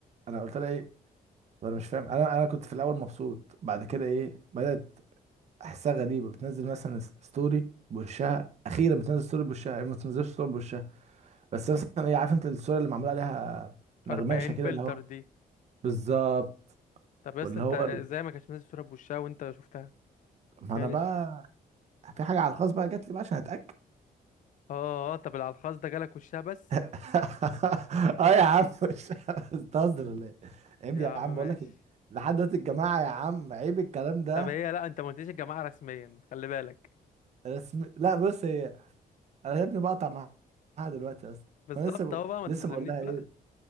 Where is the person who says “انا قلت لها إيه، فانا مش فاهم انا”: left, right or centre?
Right